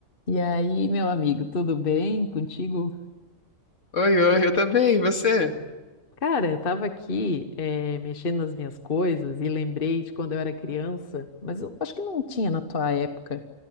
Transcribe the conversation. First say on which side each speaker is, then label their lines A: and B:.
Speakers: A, on the left; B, on the left.
A: E aí, meu amigo, tudo bem contigo?
B: Oi, oi, eu também, e você?
A: Cara, eu tava aqui, eh, mexendo nas minhas coisas e lembrei de quando eu era criança, Mas eu acho que não tinha na tua época.